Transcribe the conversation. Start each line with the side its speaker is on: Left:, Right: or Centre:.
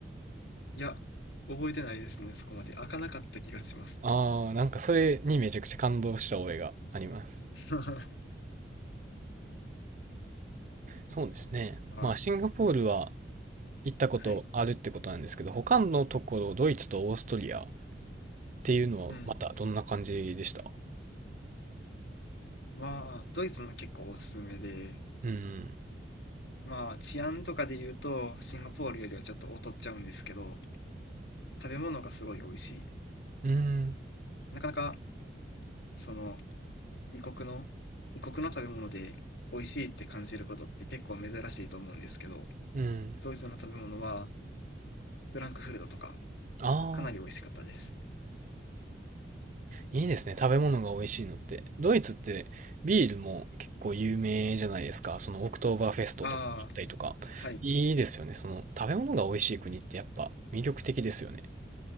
Left: いや、覚えてないですね、そこまで。開かなかった気がします。
Right: あー、なんかそれにめちゃくちゃ感動した覚えがあります。
Left: <laughs>
Right: そうですね。
Left: あ、
Right: まあ、シンガポールは行ったことあるってことなんですけど、
Left: はい。
Right: 他のところ、ドイツとオーストリアっていうのはまたどんな感じでした
Left: うん。まあ、ドイツも結構おすすめで、
Right: うん。
Left: まあ、治安とかで言うと、シンガポールよりはちょっと劣っちゃうんですけど、食べ物がすごい美味しい。
Right: うん。
Left: なかなか、その、異国の、異国の食べ物で美味しいって感じることって結構珍しいと思うんですけど、
Right: うん。
Left: ドイツの食べ物は、フランクフルトとか、
Right: あ
Left: かなり美味しかったです。
Right: いいですね。食べ物が美味しいのって。ドイツってビールも結構有名じゃないですか。そのオクトーバーフェストとかやったりとか。
Left: ああ、はい。
Right: いいですよね。その食べ物が美味しい国ってやっぱ魅力的ですよね。